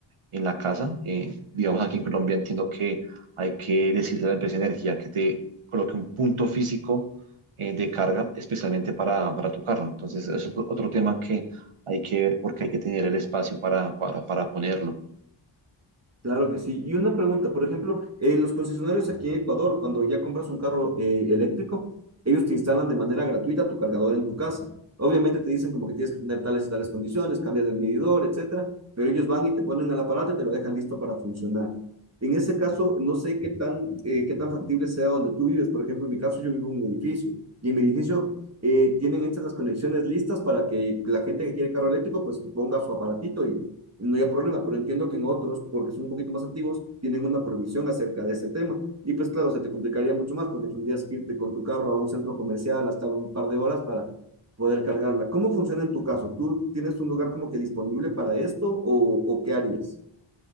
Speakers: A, on the right (about 85°); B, on the right (about 30°).
A: en la casa. Eh, digamos, aquí en Colombia entiendo que hay que decirle a la empresa de energía que te coloque un punto físico eh, de carga especialmente para, para tu carro. Entonces, es otro, otro tema que hay que ver porque hay que tener el espacio para, para, para ponerlo.
B: Claro que sí. Y una pregunta, por ejemplo, en los concesionarios aquí en Ecuador, cuando ya compras un carro eh, eléctrico, ellos te instalan de manera gratuita tu cargador en tu casa. Obviamente te dicen como que tienes que tener tales y tales condiciones, cambias el medidor, etcétera, pero ellos van y te ponen el aparato y te lo dejan listo para funcionar. En ese caso, no sé qué tan, eh, qué tan factible sea donde tú vives. Por ejemplo, en mi caso, yo vivo en un edificio y en mi edificio eh, tienen hechas las conexiones listas para que la gente que quiere carro eléctrico pues ponga su aparatito y no haya problema, pero entiendo que en otros, porque son un poquito más antiguos, tienen una prohibición acerca de ese tema. Y pues claro, se te complicaría mucho más porque tendrías que irte con tu carro a un centro comercial hasta un par de horas para poder cargarla. ¿Cómo funciona en tu caso? ¿Tú tienes un lugar como que disponible para esto o, o qué harías?